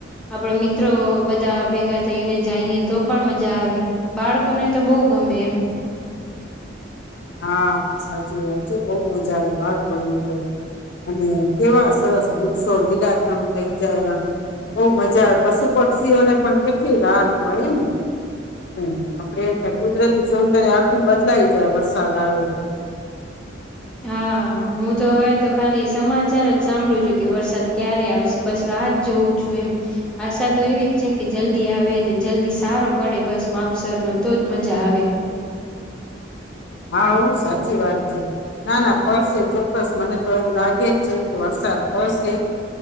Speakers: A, in the centre; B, on the left.
A: આપણે મિત્રો બધા ભેગા થઈને જાઈએ તો પણ મજા આવે. બાળકોને તો બહુ ગમે એમ.
B: હા સાચી વાત બહુ મજા આવે. <unintelligible> અને કેવા સરસ વૃક્ષો લીલાછમ થઈ જાય આમ. બહુ મજા આવે. પશુ, પક્ષીઓને પણ કેટલી રાહત મળે ને. <inaudible> કુદરતી સૌંદર્ય બદલાઈ જાય વરસાદ આવે તો.
A: હા હું તો હવે તો ખાલી સમાચાર જ સાંભળું છું કે વરસાદ ક્યારે આવશે બસ રાહ જોઉ છું એમ. આશા તો એવી જ છે કે જલ્દી આવે ને જલ્દી સારો પડે બસ માપસર નો તો જ મજા આવે.
B: હા ઓ સાચી વાત છે ના, ના પડશે ચોક્કસ મને તો એવું લાગે જ છે કે. વરસાદ પડશે